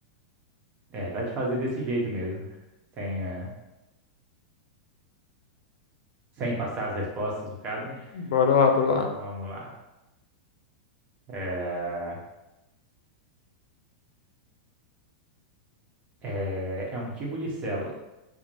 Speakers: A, on the right; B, on the left.
A: é, dá de fazer desse jeito mesmo. Sem, eh, sem passar as respostas, no caso, né?
B: Bora lá, bora lá.
A: Então, Vamos lá. É, é, é um tipo de célula,